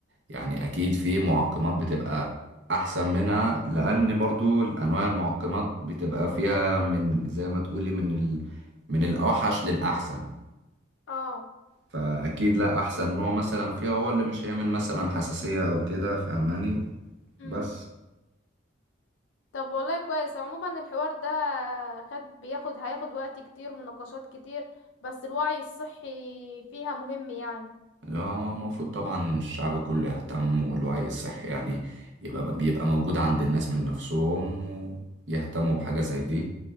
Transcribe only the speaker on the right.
يعني اكيد في معقمات بتبقى احسن منها لان برضو انواع المعقمات بتبقى فيها من زي ما تقولي من ال... من الاوحش للاحسن
فاكيد لا احسن نوع مثلا فيها هو اللي مش هيعمل مثلا حساسية او كده فاهماني بس
هو المفروض طبعا الشعب كله يهتم والوعي الصحي يعني يبقى بيبقى موجود عند الناس من نفسهم ويهتموا بحاجة زي دي